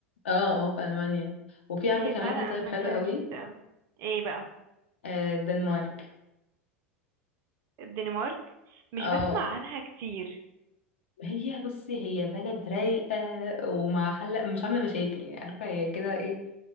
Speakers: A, on the left (about 65°); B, on the right (about 40°).
A: اه اه في المانيا وفي عارفه
B: هي
A: كمان
B: فعلا
A: ايه طيب
B: ألمانيا
A: حلو قوي
B: جديدة أوي ايه بقى
A: آه، الدنمارك
B: الدنمارك مش
A: اه
B: بسمع عنها كتير
A: هي بصي هي بلد رايقة وما حل مش عاملة مشاكل يعني عارفة هي كده ايه